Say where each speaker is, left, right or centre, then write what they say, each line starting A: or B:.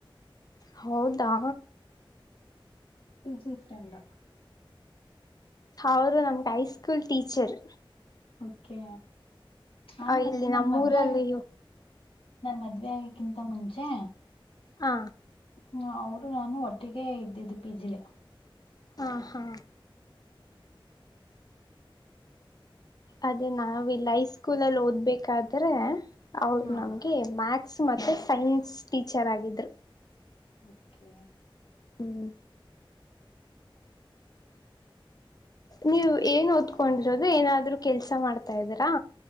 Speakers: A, on the left; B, on the left.
A: ಹೌದಾ
B: ವಿಜಿಫ್ರೆಂಡ
A: ಅವರು ನಮ್ಗೆ ಹೈಸ್ಕೂಲ್ ಟೀಚರ್
B: ಓಕೆ ನಾನು
A: ಆ
B: ಮತ್ತೆ
A: ಇಲ್ಲಿ
B: ನನ್
A: ನಮ್ಮೂರಲ್ಲಿ
B: ಮದ್ವೆ ಆಗ ನನ್ ಮದ್ವೆ ಆಗಕ್ಕಿಂತ ಮುಂಚೆ
A: ಹ
B: ಹ ಅವರು ನಾನು ಒಟ್ಟಿಗೆ ಇದ್ದಿದ್ದು ಪಿಜಿಲೆ
A: ಹಾ ಹಾ ಅದೇ ನಾವಲ್ಲ ಹೈ ಸ್ಕೂಲಲ್ಲಿ ಓದ್ಬೇಕಾದ್ರೆ ಅವರು
B: ಹಾ
A: ನಮ್ಗೆ ಮ್ಯಾಥಸ್ ಮತ್ತೆ ಸೈನ್ಸ್ ಟೀಚರ್ ಆಗಿದ್ರು
B: ಓಕೆ
A: ಹ್ಮ ನೀವ್ ಏನ್ ಓದ್ಕೊಂಡಿರೋದು ಏನಾದ್ರರು ಕೆಲ್ಸ ಮಾಡ್ತಾ ಇದ್ದೀರಾ